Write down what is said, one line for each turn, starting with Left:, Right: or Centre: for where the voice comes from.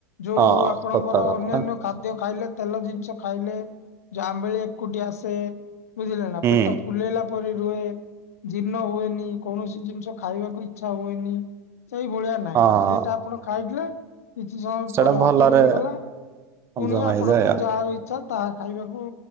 Left: ଯଉ
Right: ହଁ
Left: ଆପଣଙ୍କର
Right: ସତ କଥା
Left: ଅନ୍ୟାନ୍ୟ ଖାଦ୍ୟ ଖାଇଲେ ତେଲ ଜିନିଷ ଖାଇଲେ ଯଉ ଆମ୍ବିଳି ହାକୁଟି ଆସେ ବୁଝିଲେ ନା
Right: ହୁଁ
Left: ପେଟ ଫୁଲେଇଲା ପରି ରୁହେ। ଜୀର୍ଣ୍ଣ ହୁଏନି କୌଣସି ଜିନିଷ ଖାଇବାକୁ ଇଚ୍ଛା ହୁଏନି ସେଇ ଭଳିଆ। ନାଇଁ
Right: ହଁ
Left: ଇଡଲି ଟା ଆପଣ ଖାଇଥିବେ କିଛି ସମୟ
Right: ସେଟା
Left: ପରେ
Right: ଭଲରେ
Left: ହଜମ ହେଇଗଲା
Right: ହଜମ
Left: ପୁଣି
Right: ହେଇଯାଏ
Left: ଆପଣଙ୍କୁ ଯାହା ଇ ଛା ତାହା ଖାଇବାକୁ